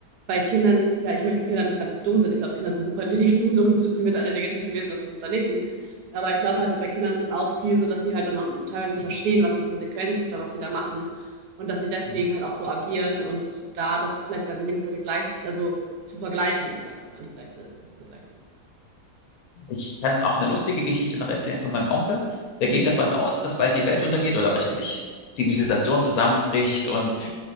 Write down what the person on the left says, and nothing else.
Hm.
Ich kann auch eine lustige Geschichte noch erzählen von meinem Onkel. Der
geht davon aus, dass bald die Welt untergeht oder wahrscheinlich Zivilisation zusammenbricht und